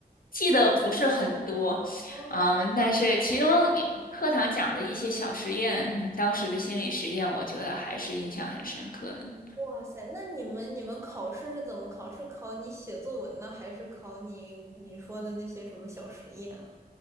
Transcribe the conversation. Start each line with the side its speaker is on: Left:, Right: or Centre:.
Left: 记得不是很多。
Right: 哦，
Left: 嗯，但是其中也课堂讲的一些小实验，你当时的心理实验，我觉得还是印象很深刻呢。
Right: 哇塞！那你们你们考试是怎么考？是考你写作文呢，还是考你你说的那些什么小实验啊？